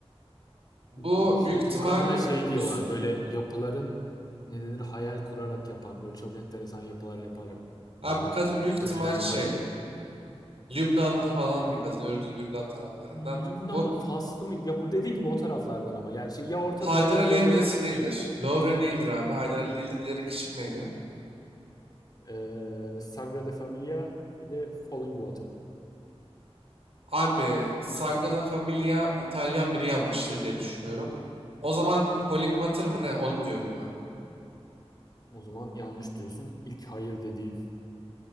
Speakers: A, on the right (about 70°); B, on the left (about 40°).
A: Bu
B: Bu, şey,
A: büyük ihtimal
B: bu kadına
A: e,
B: şey
A: Müs
B: diyorlar böyle yapıların ne denir hayal kurarak yapan böyle çok enteresan yapılar yaparak böyle
A: abi bu kadın büyük ihtimal
B: önlenen
A: şey
B: bir kadın.
A: Lübnanlı falan bir kadın. Ürdün Lübnan taraflarından.
B: Lübnan'ın
A: Bu
B: Faslı mıydı? Ya bu dediğin gibi o taraflardan ama yani şey, ya Orta
A: Haydar
B: Doğu ya
A: Aliye
B: böyle
A: Müzesi değildir. Louvre değildir abi. Haydar Ali değildir. Diğeri kışık neydi?
B: e, Sagrada Familia bir de Falling Water.
A: Abi Sagrada Familia İtalyan biri yanmıştır diye düşünüyorum. O zaman Falling Water mı ne? Onu diyorum abi.
B: O zaman yanlış diyorsun. İlk hayır dediğin.